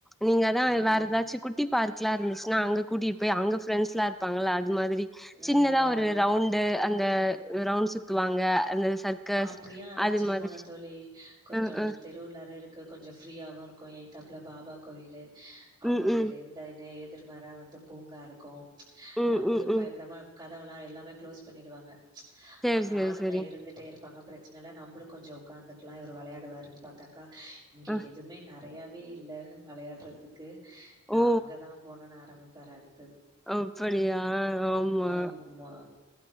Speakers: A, in the centre; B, on the right.
A: நீங்க அதா
B: ம்
A: வேற எதாச்சு குட் டி பார்க்லா இருந்துச்சுன்னா அங்க கூட்டிட் போய் அங்க ஃப்ரெண்ஸ்லா இருப்பாங்கல அது மாரி சின்னதா
B: ம் அ
A: ஒரு ரவுண்டு அந்த ரவுண்ட் சுத்துவாங்க அந்த சர்க்கஸ்
B: அப்படியு அழச்சிட்டு
A: அது மாதிரி
B: போன தோழி கொஞ்சோ
A: அ
B: ஒரு
A: அ
B: தெ ரு நேரா இருக்கு கொஞ்சோ ப்ரீயாவு இருக்கு எய்தாப்புல பாபா கோவிலு அப்போ
A: ம் ம்
B: செரின் தானு எதிர்மாரா வந்து பூங்கா இருக்கு
A: ம்
B: நம்பளு
A: ம் ம்
B: பயப்படாம கதவலா எல்லாமே க்ளோஸ் பண்ணிடுவாங்க
A: சேரி
B: அங்க
A: சேரி
B: ஆளுங்க
A: சேரி
B: இருந்துட்டே இரு பாங்க ப்ரெச்சன இல்ல நம்பளு கொஞ்சோ உக்காந்துக்கலா இவரு வெளயாடுவாருன் பாத்தாக்கா இங்க
A: அ
B: எதுமே ந றயவே இல்ல வெளயாட்றதுக்கு நா
A: ஓ
B: அங்கதா போனுன் ஆரமிப்பாரு அடு
A: அப்டியா ஆமா
B: ஆமா.